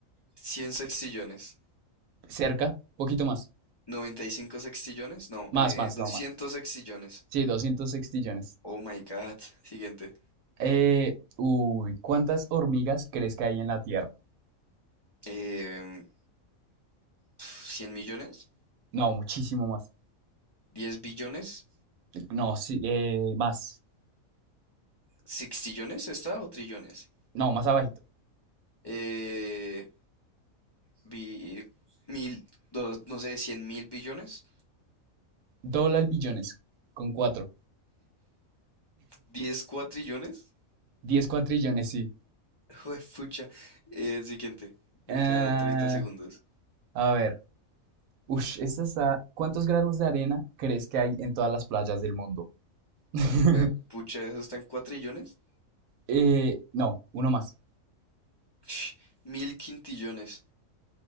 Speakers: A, on the left; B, on the right.
A: cien sextillones.
B: Cerca, poquito más.
A: noventa y cinco sextillones. No,
B: Más,
A: eh,
B: más,
A: 200
B: no más.
A: sextillones.
B: Sí, 200 sextillones.
A: Oh my God. Siguiente.
B: Eh, uy, ¿cuántas hormigas crees que hay en la Tierra?
A: Eh, 100 millones.
B: No, muchísimo más.
A: diez billones.
B: No, sí, eh, más.
A: ¿Sextillones está o trillones?
B: No, más abajito.
A: eh, bi- mil, dos- no sé, cien mil billones,
B: Dólar billones con cuatro.
A: diez cuatrillones.
B: Diez cuatrillones, sí.
A: <laughs> Juepucha. Eh, El siguiente, me
B: Ah,
A: queda 30 segundos.
B: a ver. Ush, esta está. ¿Cuántos granos de arena crees que hay en todas las playas del mundo? <laughs>
A: Juepucha, ¿eso está en cuatrillones?
B: Eh, no, uno más.
A: Ch, Mil quintillones.